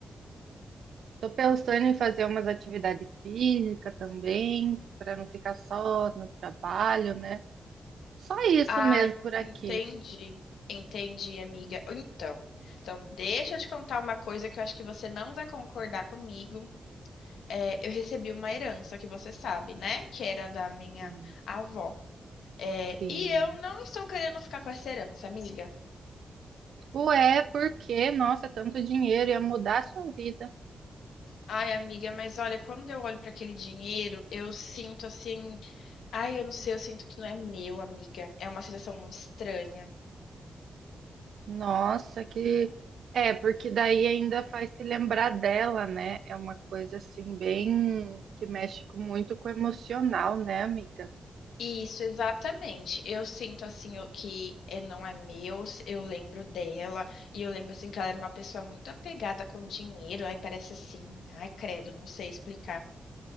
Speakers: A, on the right; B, on the left.
A: Tô pensando em fazer umas atividades físicas também, para não ficar só no trabalho, né? Só isso
B: Ah,
A: mesmo por aqui.
B: entendi. Entendi, amiga. Então, então deixa eu te contar uma coisa que eu acho que você não vai concordar comigo. É, eu recebi uma herança que você sabe, né? Que era da minha
A: Sim,
B: avó. É,
A: sim.
B: e eu não estou querendo ficar com essa herança, amiga.
A: Ué, por quê? Nossa, tanto dinheiro ia mudar a sua vida.
B: Ai, amiga, mas olha, quando eu olho para aquele dinheiro, eu sinto assim Ai, eu não sei, eu sinto que não é meu, amiga. É uma sensação muito estranha.
A: Nossa, que. É, porque daí ainda faz te lembrar dela, né? É uma coisa assim, bem. que mexe com- muito com o emocional, né, amiga?
B: Isso, exatamente. Eu sinto assim o que é, não é meu, eu lembro dela, e eu lembro assim que ela era uma pessoa muito apegada com dinheiro, aí parece assim, ai credo, não sei explicar.